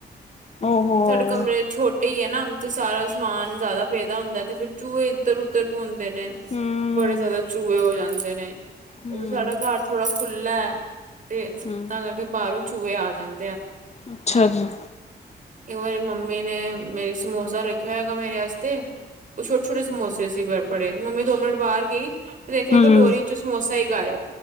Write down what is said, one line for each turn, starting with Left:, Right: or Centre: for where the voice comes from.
Left: ਓਹੋ
Right: ਸਾਡੇ ਕਮਰੇ ਛੋ ਕੀ ਹੈ ਨਾ ਤੇ ਸਾਰਾ ਸਮਾਨ ਜ਼ਿਆਦਾ ਪੇਦਾ ਹੁੰਦਾ ਤੇ ਫੇਰ ਚੂਹੇ ਇੱਧਰ ਉੱਧਰ ਪੁਂ ਨੇ
Left: ਹੂੰ
Right: ਬੜੇ ਜ਼ਿਆਦਾ ਚੂਹੇ ਹੋ ਜਾਂਦੇ ਅਦੇ ਨੇ
Left: ਹੂੰ
Right: ਉਹ ਸਾਡਾ ਘਰ ਥੋੜਾ ਖੁੱਲਾ, ਤੇ
Left: ਹੂੰ
Right: ਤਾਂ ਕਰਕੇ ਬਾਹਰੋਂ ਚੂਹੇ ਆ ਜਾਂਣ
Left: ਅੱਛਾ ਜੀ
Right: ਇੱਕ ਵਾਰੀ ਮੰਮੀ ਨੇ ਮੇਰੀ ਸਮੋਸਾ ਰੱਖਿਆ ਹੋਏਗਾ ਮੇਰੇ ਵਸਤੇ ਕੁਛ-ਛੋਟੇ ਛੋਟੇ ਸਮੋਸੇ ਸੀ ਬ ਬੜੇ ਮੰਮੀ ਦੋ ਮਿੰਟ ਬਾਹਰ ਗਈ ਦੇਖਿਆ
Left: ਹੂੰ
Right: ਕਟੋਰੀ ਚ ਸਮੋਸਾ ਹੀ ਗਾਇਬ